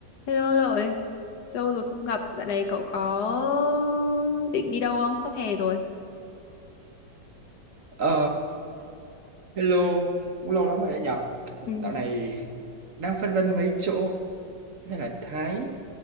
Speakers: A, on the left; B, on the right.
A: Hello Lợi, lâu rồi không gặp, dạo này cậu có định đi đâu không? Sắp hè rồi.
B: Ờ, hello, cũng lâu lắm rồi đấy nhở.
A: Ừ.
B: Dạo này đang phân vân mấy chỗ hay là Thái.